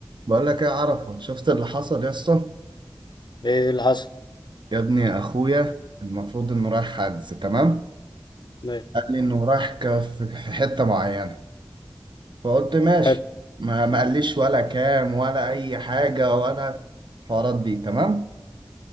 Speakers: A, on the right; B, on the left.
A: بقول لك ايه عرفه شفت اللي حصل يا اسطى
B: ايه اللي حصل
A: يا ابني اخويا المفروض انه رايح حجز تمام
B: إيه.
A: قال لي انه رايح ك- في في حته معينه فقلت ماشي
B: حلو
A: ما ما قاليش ولا كام ولا اي حاجه ولا الحوارات دي تمام